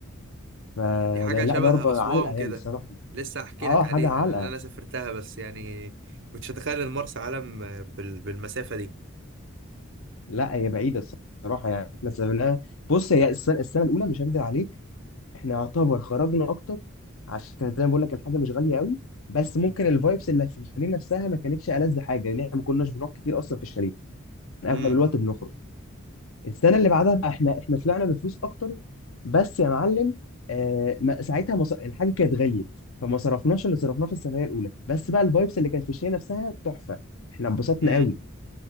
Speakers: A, on the left; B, on the right.
A: فده
B: دي حاجه
A: لا
B: شبه
A: ضربة
B: اسوان
A: علقة يعني
B: كده
A: الصراحة
B: لسه هحكي
A: اه
B: لك
A: حاجة
B: عليها
A: علقة
B: لان انا سافرتها بس يعني كنتش اتخيل ان مرسى علم بال... بالمسافه دي
A: لا هي بعيدة الصراحة يعني احنا سافرناها بص هي السنة, السنة الأولى مش هكدب عليك احنا يعتبر خرجنا أكتر عشان كان زي ما بقول لك الحاجة مش غالية قوي بس ممكن الفايبس اللي في الشاليه نفسها ما كانتش ألذ حاجة لأن احنا ما كناش بنروح كتير أصلا في الشاليه كان
B: امم
A: أغلب الوقت بنخرج السنه اللي بعدها بقى احنا احنا طلعنا بفلوس اكتر بس يا معلم آه ما- ساعتها مص... الحاجه كانت غليت فما صرفناش اللي صرفناه في السفريه الاولى بس بقى الفايبس اللي كانت في الشيء نفسها تحفه احنا اتبسطنا
B: امم
A: قوي